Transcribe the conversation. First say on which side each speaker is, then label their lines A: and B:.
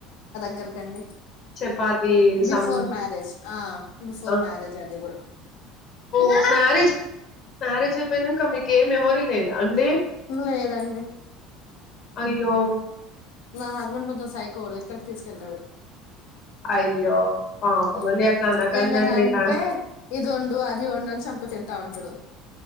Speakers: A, on the left (about 90°); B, on the left (about 35°).
A: దర్గా అండి
B: చపాతి సం
A: బిఫోర్ మ్యారేజ్ ఆ బిఫోర్
B: ఆ
A: మ్యారేజ్ అది గూడా
B: ఓ మ్యారేజ్ మ్యారేజ్ అయిపోయినంక మీకు ఏ మెమోరీ లేదా అండి
A: లేదండి
B: అయ్యో
A: నా హస్బెండ్ కొంచెం సైకోవోడు ఎక్కడికి తీసుకెళ్లడు
B: అయ్యో పాపం
A: ఊ
B: అండి అట్లా అనకండి
A: ఏమైనా అంటే ఇది వండు అది వండు అని చంపుకుతింట్ అంటడు